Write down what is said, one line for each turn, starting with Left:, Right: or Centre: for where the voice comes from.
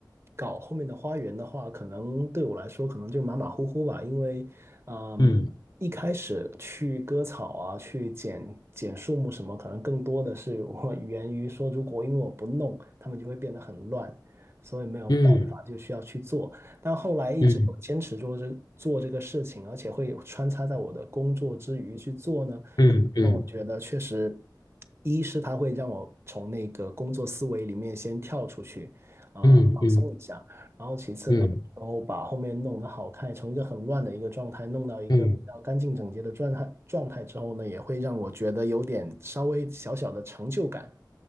Right: 搞后面的花园的话，可能对我来说可能就马马虎虎吧，因为，嗯，
Left: 嗯
Right: 一开始去割草啊，去剪剪树木什么，可能更多的是我 <laughs> 源于说，如果因为我不弄，他们就会变得很乱，所以没有办法就需要去做。
Left: 嗯
Right: 但后来一直有坚持做这做这个事情，
Left: 嗯
Right: 而且会有穿插在我的工作之余去做呢，
Left: 嗯嗯
Right: 可能让我觉得确实，一是它会让我从那个工作思维里面先跳出去，啊、
Left: 嗯嗯
Right: 放松一下，然后其次呢，
Left: 嗯
Right: 然后把后面弄得好看，从一个很乱的一个状态弄到一个比较干净整洁的状态状态之后呢，
Left: 嗯，
Right: 也会让我觉得有点稍微小小的成就感，